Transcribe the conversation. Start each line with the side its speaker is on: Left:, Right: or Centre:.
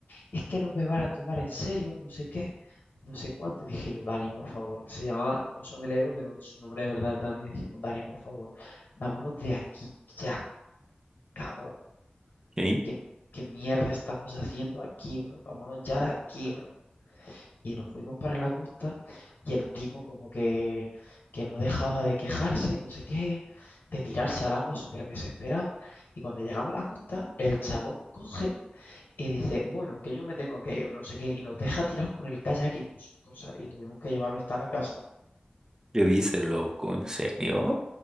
Left: es que no me van a tomar en serio, no sé qué, no sé cuánto. Y dije yo, Dani, por favor, se llamaba Oso Melero, pero su nombre de verdad es Dani. Dijimos, Dani, por favor, vámonos de aquí ya, cabrón.
Right: ¿Qué?
Left: ¿Qué, qué mierda estamos haciendo aquí, bro? Vámonos ya de aquí, bro. Y nos fuimos para la costa y el tipo como que, que no dejaba de quejarse, no sé qué, de tirarse al agua súper desesperado. Y cuando llegamos a la costa, el chabón coge y dice, bueno, que yo me tengo que ir, no sé qué, y nos deja tirados con el kayak y con sus cosas. Y tuvimos que llevarlo hasta la casa.
Right: ¿Qué dices, loco? ¿En serio?